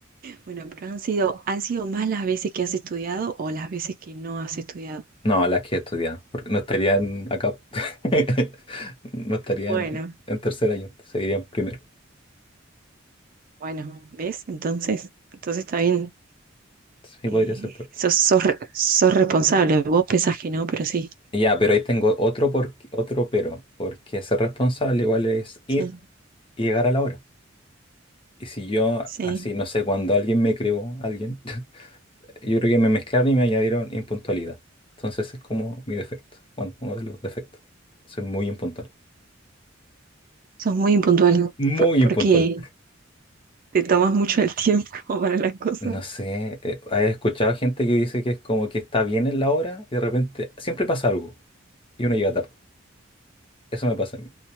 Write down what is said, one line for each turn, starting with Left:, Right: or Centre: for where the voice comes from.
Right: Bueno, pero han sido, han sido más las veces que has estudiado o las veces que no has estudiado.
Left: No, las que he estudiado, porque no estarían acá. <laughs> No estarían
Right: Bueno,
Left: en tercer año, seguirían primero.
Right: bueno, ¿ves? Entonces, entonces está bien.
Left: Sí,
Right: Eh,
Left: podría ser peor.
Right: sos, sos, re- sos responsable. Vos pensás que no, pero sí.
Left: Y Ya, pero ahí tengo otro, por... otro pero, porque ser responsable igual es ir
Right: Sí,
Left: y llegar a la hora. Y si yo,
Right: sí,
Left: así, no sé, cuando alguien me creó, alguien... Yo creo que me mezclaron y me añadieron impuntualidad. Entonces es como mi defecto. Bueno, uno de los defectos. Soy muy impuntual.
Right: sos muy impuntual
Left: Muy
Right: por- porque
Left: impuntual.
Right: te tomas mucho el tiempo <laughs> para las cosas.
Left: No sé, eh, ¿has escuchado gente que dice que es como que está bien en la hora y de repente siempre pasa algo y uno llega tarde? Eso me pasa a mí.